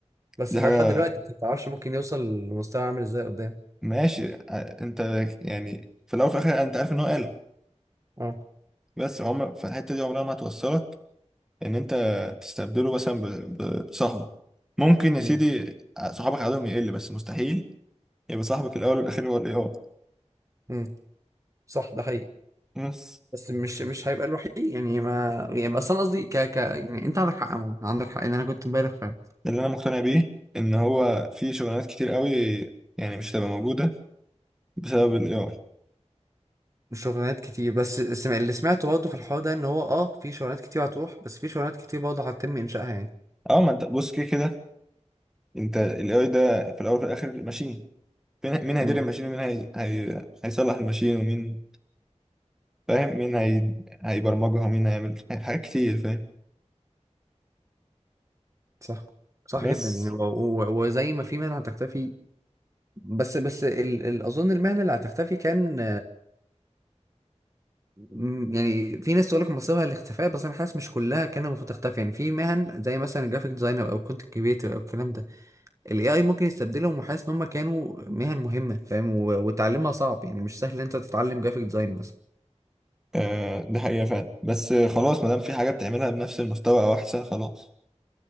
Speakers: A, on the right; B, in the centre.
A: بس
B: دي
A: ده
B: حاجه
A: لحد دلوقتي انت ما تعرفش ممكن يوصل لمستوى عامل ازاي قدام
B: ماشي ع- انت يعني في الاول وفي الاخر انت عارف ان هو قال
A: اه
B: بس عمر في الحته دي عمرها ما هتوصلك ان انت تستبدله مثلا ب- ب- بصاحبك ممكن يا
A: امم
B: سيدي ع- صحابك عددهم يقل بس مستحيل يبقى صاحبك الاول والاخير هو الاي اي
A: امم صح ده حقيقي
B: بس
A: بس مش مش هيبقى الوحيد يعني ما يعني بس انا قصدي ك ك يعني انت عندك حق عموما عندك حق ان انا كنت مبالغ فعلا
B: ده اللي انا مقتنع بيه ان هو في شغلانات كتير قوي يعني مش هتبقى موجوده بسبب الاي اي
A: شغلانات كتير بس السم- اللي سمعته برضه في الحوار ده ان هو اه في شغلانات كتير هتروح بس في شغلانات كتير برضه هتتم انشائها يعني
B: اه ما انت بص كده كده انت الاي اي ده في الاول وفي الاخر ماشين مين مين هيدير
A: امم
B: الماشين ومين هي... هي... هيصلح الماشين ومين فاهم مين هي... هيبرمجها مين هيعمل حاجات كتير فاهم
A: صح صح
B: بس
A: جدا يعني و- و- وزي ما في مهنه هتختفي بس بس ال ال اظن المهنه اللي هتختفي كان مم، يعني في ناس تقول لك مصيرها الاختفاء بس انا حاسس مش كلها كان المفروض تختفي يعني في مهن زي مثلا جرافيك ديزاينر او كونتنت كريتور او الكلام ده الاي اي ممكن يستبدلهم وحاسس ان هم كانوا مهن مهمه فاهم و- وتعلمها صعب يعني مش سهل إن انت تتعلم جرافيك ديزاين مثلا
B: آه ده حقيقة فعلا بس آه، خلاص ما دام في حاجة بتعملها بنفس المستوى أو أحسن خلاص